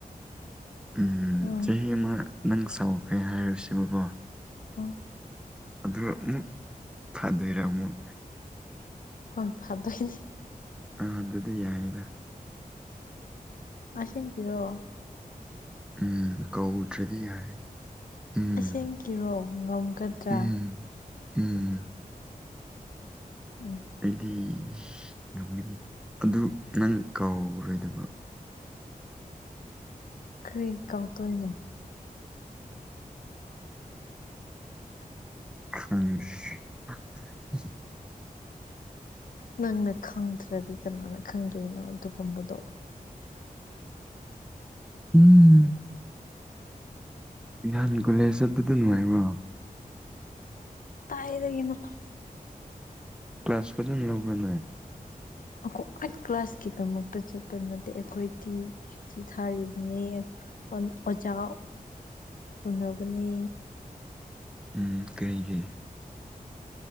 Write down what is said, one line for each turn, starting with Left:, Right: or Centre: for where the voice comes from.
Centre: ꯎ
Left: ꯎꯝ
Centre: ꯆꯍꯤ ꯑꯃ ꯅꯪ ꯁꯥꯎꯈ꯭ꯔꯦ ꯍꯥꯏꯔꯁꯨꯀꯣ
Left: ꯍꯨ
Centre: ꯑꯗꯨꯒ ꯑꯃꯨꯛ ꯐꯗ‌ꯣꯏꯔꯥ ꯑꯃꯨꯛ
Left: ꯍꯣꯏ ꯐꯗ‌ꯣꯏꯅ‌ꯦ
Centre: ꯑꯥ ꯑꯗꯨꯗꯤ ꯌꯥꯏꯗ
Left: ꯑꯁ‌ꯦꯡꯀꯤꯔꯣ
Centre: ꯎꯝ ꯀꯧꯗ꯭ꯔꯗꯤ ꯌꯥꯔꯦ ꯎꯝ
Left: ꯑꯁꯦꯡ ꯀꯤꯔꯣ ꯉꯝꯒꯗ꯭ꯔꯥ
Centre: ꯎꯝ ꯎꯝ
Left: ꯎꯝ
Centre: ꯑꯩꯗꯤ ꯉꯝꯒꯅꯤ ꯑꯗꯨ ꯅꯪ ꯀꯥꯎꯔꯣꯏꯗꯕ
Left: ꯀꯔꯤ ꯀꯥꯎꯗ‌ꯣꯏꯅꯣ
Centre: ꯈꯪꯗ‌ꯦ <unintelligible>
Left: ꯅꯪꯅ ꯈꯪꯗ꯭ꯔꯗꯤ ꯀꯅꯥꯅ ꯈꯪꯗꯣꯏꯅꯣ ꯑꯗꯨꯒꯨꯝꯕꯗꯣ
Centre: ꯎꯝ ꯅꯍꯥꯟ ꯀꯣꯂꯦꯖ ꯆꯠꯄꯗ‌ꯣ ꯅꯨꯡꯉꯥꯏꯕ꯭ꯔꯣ
Left: ꯗꯥꯏꯗꯒꯤꯅ‌ꯣ
Centre: ꯀ꯭ꯂꯥꯁ ꯐꯖꯅ ꯌꯥꯎꯕꯔ ꯅꯣꯏ
Left: ꯑꯈ‌ꯣ ꯑꯩ ꯀ꯭ꯂꯥꯁꯀꯤꯗꯃꯛꯇ ꯆꯠꯄ ꯅꯠꯇꯦ ꯑꯩꯈꯣꯏꯗꯤ ꯆꯤꯊꯤ ꯊꯥꯔꯤꯕꯅꯦ ꯑꯣꯖꯥ ꯎꯟꯅꯅꯕꯅꯦ
Centre: ꯎꯝ ꯀꯔꯤꯒꯤ